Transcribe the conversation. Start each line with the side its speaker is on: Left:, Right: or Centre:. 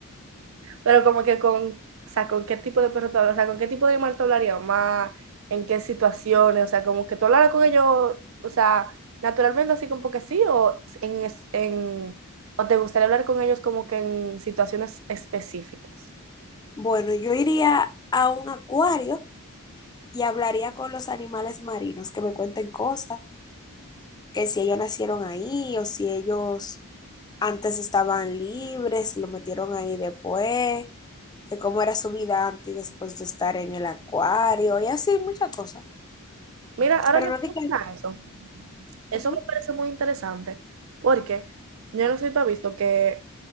Right: Pero como que con, o sea, ¿con qué tipo de perro tú hablas? O sea, ¿con qué tipo de animal tú hablarías más? ¿En qué situaciones? O sea, como que tú hablaras con ellos, o sea, naturalmente así como que sí, o, en, es- en, o te gustaría hablar con ellos como que en situaciones específicas.
Left: Bueno, yo iría a un acuario y hablaría con los animales marinos, que me cuenten cosas, que si ellos nacieron ahí o si ellos antes estaban libres y lo metieron ahí después, de cómo era su vida antes y después de estar en el acuario y así, muchas cosas.
Right: Mira, ahora
Left: Pero
Right: que
Left: no
Right: tú
Left: dije,
Right: mencionas eso, eso
Left: ujú,
Right: me parece muy interesante, porque yo no sé si tú has visto que